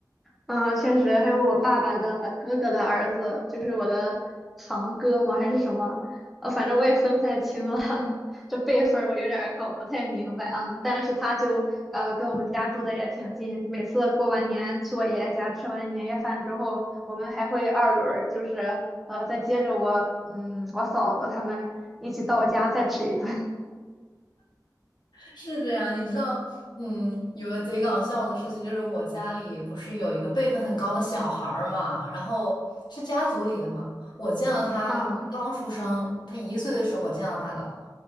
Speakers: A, in the centre; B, on the left.
A: 嗯，确实，还有我爸爸的哥哥的儿子，就是我的堂哥吗？还是什么？呃，反正我也分不太清了，<laughs> 这辈分儿我有点儿搞不太明白啊。但是他就呃跟我们家住的也挺近，每次过完年去我爷爷家吃完年夜饭之后，我们还会二轮儿就是呃再接着我嗯我嫂子他们一起到我家再吃一顿。<laughs>
B: 是这样，你知道，嗯，有个贼搞笑的事情，就是我家里不是有一个辈分很高的小孩儿嘛，然后是家族里的嘛，我见了他刚出生，
A: 嗯，
B: 他一岁的时候我见到他的，